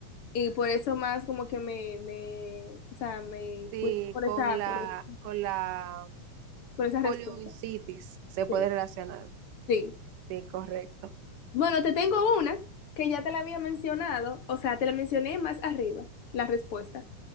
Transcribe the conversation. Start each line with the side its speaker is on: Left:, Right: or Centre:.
Left: Y por eso más como que me, me, o sea, me
Right: sí,
Left: fui por
Right: con
Left: esa,
Right: la,
Left: por,
Right: con la
Left: por esa
Right: poliomielitis
Left: respuesta.
Right: se
Left: Sí,
Right: puede relacionar.
Left: sí,
Right: Sí, correcto.
Left: Bueno, te tengo una que ya te la había mencionado, o sea, te la mencioné más arriba, la respuesta.